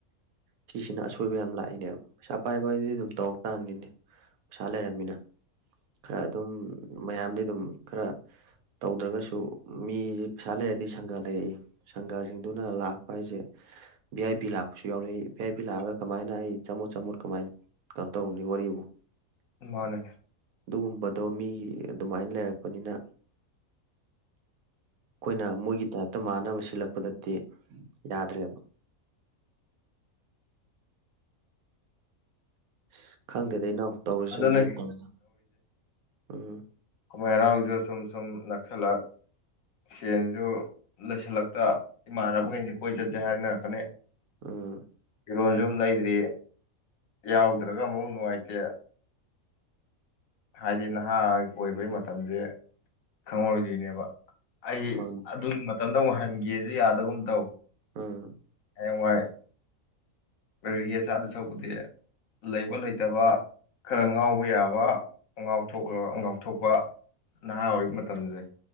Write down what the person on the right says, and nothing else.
ꯁꯤꯁꯤꯅ ꯑꯁꯣꯏꯕ ꯌꯥꯝ ꯂꯥꯛꯏꯅꯦꯕ ꯄꯩꯁꯥ ꯄꯥꯏꯕ ꯍꯥꯏꯗꯨꯗꯤ ꯑꯗꯨꯝ ꯇꯧꯔꯛ ꯇꯥꯕꯅꯤꯅꯦ ꯄꯩꯁꯥ ꯂꯩꯔꯝꯃꯤꯅ ꯈꯔ ꯑꯗꯨꯝ ꯃꯌꯥꯝꯗꯩ ꯑꯗꯨꯝ ꯈꯔ ꯇꯧꯗ꯭ꯔꯒꯥꯁꯨ ꯃꯤꯁꯦ ꯄꯩꯁꯥ ꯂꯩꯔꯗꯤ ꯁꯪꯒꯥ ꯂꯩꯔꯛꯏ ꯁꯪꯒꯥꯁꯤꯡꯗꯨꯅ ꯂꯥꯛꯄ ꯍꯥꯏꯁꯦ ꯚꯤ ꯑꯥꯏ ꯄꯤ ꯂꯥꯛꯄꯁꯨ ꯌꯥꯎꯔꯛꯏ ꯚꯤ ꯑꯥꯏ ꯄꯤ ꯂꯥꯛꯑꯒꯥ ꯀꯃꯥꯏꯅ ꯑꯩ ꯆꯝꯃꯣꯠ ꯆꯝꯃꯣꯠ ꯀꯃꯥꯏꯅ ꯀꯥꯅꯣ ꯇꯧꯔꯨꯅꯤ ꯋꯥꯔꯤꯕꯨ
ꯑꯗꯨꯒꯨꯝꯕꯗꯣ ꯃꯤꯒꯤ ꯑꯗꯨꯃꯥꯏꯅ ꯂꯩꯔꯛꯄꯅꯤꯅ ꯑꯩꯈꯣꯏꯅ ꯃꯣꯏꯒꯤ ꯇꯥꯏꯞꯇꯥ ꯃꯥꯟꯅꯕ ꯁꯤꯜꯂꯛꯄꯗꯥꯗꯤ ꯌꯥꯗ꯭ꯔꯦꯕ ꯏꯁ ꯈꯪꯗꯦꯗ ꯏꯅꯥꯎ ꯇꯧꯔꯤꯁꯦ
ꯍꯧꯖꯤꯛ ꯃꯇꯝ ꯎꯝ
ꯎꯝ
ꯃꯥꯅꯤ
ꯎꯝ